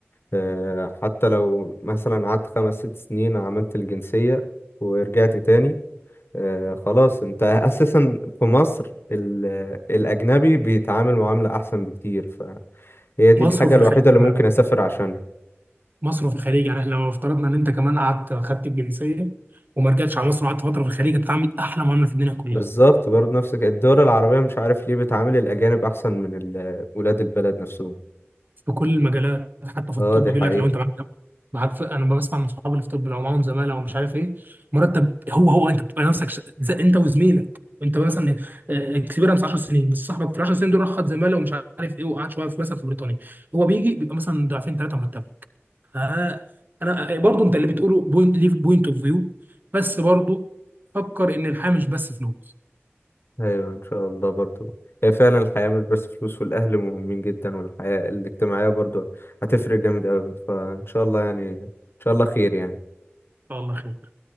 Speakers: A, on the left; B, on the right.
A: آه، حتى لو مثلا قعدت خمس ست سنين عملت الجنسية ورجعت تاني آه، خلاص انت اساسا في مصر ال- الاجنبي بيتعامل معاملة احسن بكتير فهي دي
B: مصر
A: الحاجة
B: وفي
A: الوحيدة
B: الخليج
A: اللي
B: كمان
A: ممكن اسافر عشانها
B: مصر وفي الخليج يعني احنا لو افترضنا ان انت كمان قعدت خدت الجنسيه وما رجعتش على مصر وقعدت فتره في الخليج هتتعامل احلى معامله في الدنيا كلها
A: بالظبط برضه نفسك الدول العربية مش عارف ليه بتعامل الاجانب احسن من ال- ولاد البلد نفسهم
B: في كل المجالات حتى في
A: اه
B: الطب
A: دي
B: بيقول
A: حقيقة
B: لك لو انت معاك معاك في انا بسمع من صحابي اللي في الطب لو معاهم زماله ومش عارف ايه مرتب هو هو انت بتبقى نفسك ش... زي انت وزميلك انت مثلا اكسبيرنس 10 سنين بس صاحبك في 10 سنين دول راح خد زماله ومش عارف ايه وقعد شويه في مثلا في بريطانيا هو بيجي بيبقى مثلا ضعفين ثلاثه مرتبه آه انا برضو انت اللي بتقوله بوينت ليه بوينت اوف فيو بس برضو فكر ان الحياه مش بس فلوس
A: ايوه ان شاء الله برضو هي فعلا الحياة مش بس فلوس والاهل مهمين جدا والحياة الاجتماعية برضو هتفرق جامد اوي فان شاء الله يعني ان شاء الله خير يعني
B: الله خير